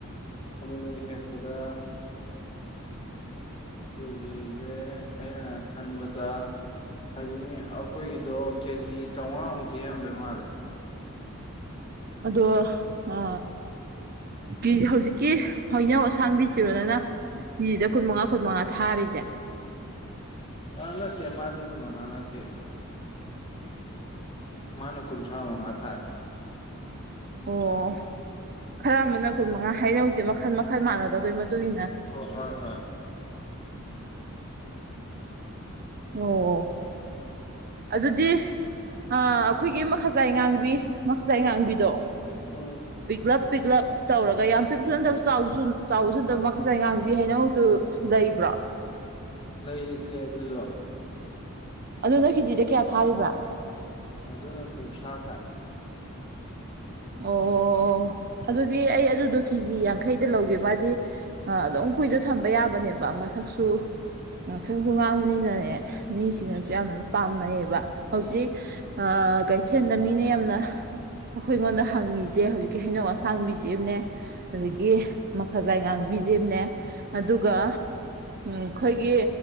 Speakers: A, on the left; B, on the right.
A: ꯑꯃꯨ ꯃꯨꯛ ꯍꯦꯛꯄꯗ ꯀꯦꯖꯤꯁꯦ ꯑꯩꯅ ꯈꯟꯕꯗ ꯍꯧꯖꯤꯛ ꯃꯤ ꯑꯈꯣꯏꯒꯤꯗꯣ ꯀꯦꯖꯤ ꯆꯧꯉꯥꯃꯨꯛꯇꯤ ꯍꯦꯛꯑꯝꯗꯣꯏ ꯃꯥꯜꯂꯦ
B: ꯑꯗꯣ ꯑ ꯀꯤ ꯍꯧꯖꯤꯛꯀꯤ ꯍꯩꯅꯧ ꯁꯥꯡꯕꯤꯁꯤꯔꯣ ꯅꯪꯅ ꯀꯤꯖꯤꯗ ꯀꯨꯟ ꯃꯉꯥ ꯀꯨꯟ ꯃꯉꯥ ꯊꯥꯔꯤꯁꯦ
A: ꯑ ꯅꯠꯇꯦ ꯃꯥꯗꯤ ꯀꯨꯟ ꯃꯉꯥ ꯅꯠꯇꯦ ꯏꯆꯦ ꯃꯥꯅ ꯀꯨꯟꯊ꯭ꯔꯥ ꯃꯉꯥ ꯊꯥꯏ
B: ꯑꯣ ꯈꯔ ꯑꯃꯅ ꯀꯨꯟ ꯃꯉꯥ ꯍꯥꯏꯅꯧꯁꯦ ꯃꯈꯜ ꯃꯈꯜ ꯃꯥꯟꯅꯗꯕꯩ ꯃꯇꯨꯡ ꯏꯟꯅ
A: ꯑꯣ ꯍꯣꯏ ꯍꯣꯏ
B: ꯑꯣ ꯑꯣ ꯑꯗꯨꯗꯤ ꯑꯥ ꯑꯩꯈꯣꯏꯒꯤ ꯃꯈꯖꯥꯏ ꯉꯥꯡꯕꯤ ꯃꯈꯖꯥꯏ ꯉꯥꯡꯕꯤꯗꯣ
A: ꯎꯝ
B: ꯄꯤꯛꯂꯞ ꯄꯤꯛꯂꯞ ꯇꯧꯔꯒ ꯌꯥꯝ ꯄꯤꯛꯄꯁꯨ ꯅꯠꯗꯕ ꯆꯥꯎꯁꯨ ꯆꯥꯎꯕꯁꯨ ꯅꯠꯗꯕ ꯃꯈꯖꯥꯏ ꯉꯥꯡꯕꯤ ꯍꯩꯅꯧꯗꯨ ꯂꯩꯕ꯭ꯔꯣ
A: ꯂꯩꯔꯤꯖꯦ ꯑꯗꯨꯁꯨ
B: ꯑꯗꯨꯗ ꯀꯦꯖꯤꯗ ꯀꯌꯥ ꯊꯥꯔꯤꯕ
A: ꯑꯗꯨꯅ ꯀꯨꯟꯊ꯭ꯔꯥ ꯊꯥꯏ
B: ꯑꯣ ꯑꯣ ꯑꯗꯨꯗꯤ ꯑꯩ ꯑꯗꯨꯗꯣ ꯀꯦꯖꯤ ꯌꯥꯡꯈꯩꯗ ꯂꯧꯒꯦꯕ ꯍꯥꯗꯤ ꯑꯥ ꯑꯗꯨꯝ ꯀꯨꯏꯗ ꯊꯝꯕ ꯌꯥꯕꯅꯦꯕ ꯃꯁꯛꯁꯨ ꯉꯛꯁꯪꯖꯨ ꯉꯥꯡꯕꯅꯤꯅꯅꯦ ꯃꯤꯁꯤꯡꯅꯖꯨ
A: ꯎꯝ
B: ꯌꯥꯝ ꯄꯥꯝꯅꯩꯌꯦꯕ ꯍꯧꯖꯤꯛ
A: ꯎꯝ
B: ꯑꯥ ꯀꯩꯊꯦꯜꯗ ꯃꯤꯅ ꯌꯥꯝꯅ ꯑꯩꯉꯣꯟꯗ ꯍꯪꯉꯤꯖꯦ ꯍꯧꯖꯤꯛꯀꯤ ꯍꯩꯅꯧ ꯑꯁꯥꯡꯕꯤꯁꯤ ꯑꯝꯅꯦ ꯍꯧꯖꯤꯛꯀꯤ ꯃꯈꯖꯥꯏ ꯉꯥꯡꯕꯤꯖꯤ ꯑꯝꯅꯦ ꯑꯗꯨꯒ
A: ꯎꯝ
B: ꯎꯝ ꯈꯣꯏꯒꯤ